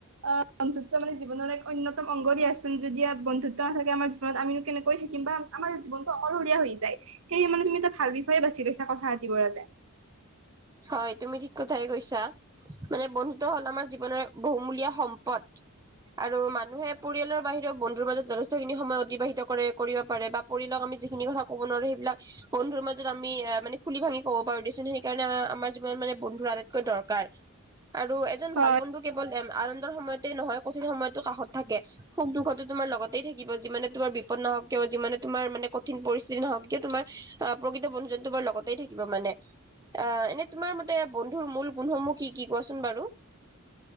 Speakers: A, on the right; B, on the right.
A: অ বন্ধুত্ব মানে জীৱনৰ এক অন্যতম অংগ দিয়াচোন যদি বন্ধুত্ব নাথাকে আমাৰ জীৱনত আমিনো কেনেকৈ থাকিম বা আমাৰ জীৱনটো অকলশৰীয়া হৈ যায় সেয়ে মানে তুমি এটা ভাল বিষয়ে বাচি লৈছা কথা পাতিবৰ বাবে
B: হয় তুমি ঠিক কথাই কৈছা মানে বন্ধুত্ব হ'ল আমাৰ জীৱনৰ এক বহুমূলীয়া সম্পদ আৰু মানুহে পৰিয়ালৰ বাহিৰেও বন্ধুৰ মাজত যথেষ্ট খিনি সময় অতিবাহিত কৰে কৰিব পাৰে বা পৰিয়ালক আমি যিখিনি কথা ক'ব নোৱাৰো সেইবিলাক বন্ধুৰ মাজত আমি মানে খুলি ভাঙি ক'ব পাৰো দিয়াচোন সেইকাৰণে আমাৰ জীৱনত মানে বন্ধুৰ আটাইতকৈ দৰকাৰ আৰু এজন
A: হয়
B: ভাল বন্ধু কেৱল এম আনন্দৰ সময়তে নহয় কঠিন সময়তো কাষত থাকে সুখ দুখতো তোমাৰ লগতেই থাকিব যিমানে তোমাৰ বিপদ নহওক কিয় যিমানে তোমাৰ মানে কঠিন পৰিস্থিতি নহওক কিয় তোমাৰ অহ প্ৰকৃত বন্ধু যন তোমাৰ লগতেই থাকিব মানে অহ এনে তোমাৰ মতে বন্ধুৰ মূল গুণসমূহ কি কি কোৱাচোন বাৰু